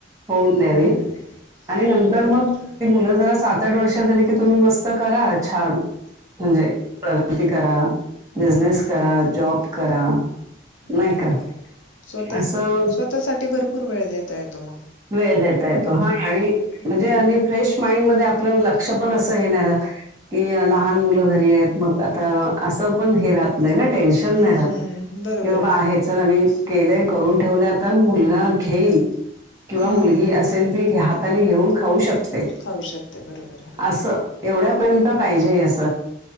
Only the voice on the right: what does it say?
होऊन
द्यावी
आणि नंतर
मग
ती मुल जरा सात आठ वर्ष झाली की तुम्ही मस्त करा <unintelligible> म्हणजे प्रगती करा बिजनेस
करा,
जॉब करा. नाही
का
असं
वेळ देता येतो हा आणि म्हणजे
आणि फ्रेश माइंडमध्ये आपल लक्ष पण अस ये नई रात कि लहान मुलं घरी येत मग आता अस पण हे राहत नाही ना टेन्शन
नाही ऱ्हात,
कि बाबा
हे चल आमी केले करून ठेवले, आता <unintelligible> किंवा
मुलगी
असेल, ती हाताने घेऊन खाऊ शकते,
अस. एवढ्यापर्यंत पाहिजे अस